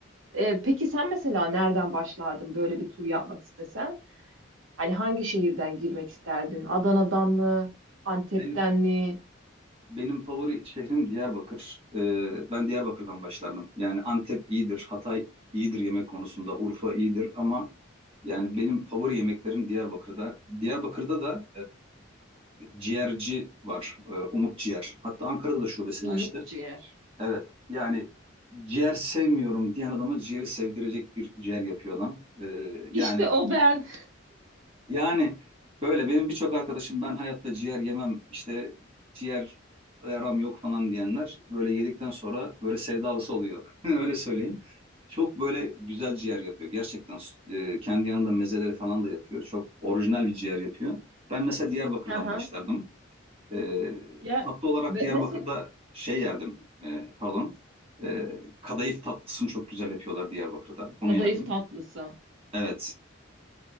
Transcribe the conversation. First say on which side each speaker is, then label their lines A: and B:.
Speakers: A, on the right; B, on the right.
A: Ee, peki sen mesela nereden başlardın böyle bir tur yapmak istesen? Hani hangi şehirden girmek isterdin? Adana'dan mı? Antep'ten
B: Benim,
A: mi?
B: Benim favori şehrim Diyarbakır. Ee, ben Diyarbakır'dan başlardım. Yani Antep iyidir, Hatay iyidir yemek konusunda, Urfa iyidir ama yani benim favori yemeklerim Diyarbakır'da. Diyarbakır'da da e, ciğerci var, e, Umut Ciğer. Hatta Ankara'da da şubesini
A: Umut
B: açtı.
A: ciğer.
B: Evet, yani ciğer sevmiyorum diyen adama ciğeri sevdirecek bir ciğer yapıyor adam. Ee, yani
A: İşte o ben.
B: yani böyle benim birçok arkadaşım ben hayatta ciğer yemem işte ciğer yaram yok falan diyenler böyle yedikten sonra böyle sevdalısı oluyor. <laughs> Öyle söyleyeyim. Çok böyle güzel ciğer yapıyor. Gerçekten e, kendi yanında mezeleri falan da yapıyor. Çok orijinal bir ciğer yapıyor. Ben mesela Diyarbakır'dan
A: Aha.
B: başlardım. E,
A: Ya
B: tatlı olarak
A: mesela
B: Diyarbakır'da şey yerdim. E, pardon. E, kadayıf tatlısını çok güzel yapıyorlar Diyarbakır'da. Onu
A: kadayıf
B: yerdim.
A: tatlısı.
B: Evet.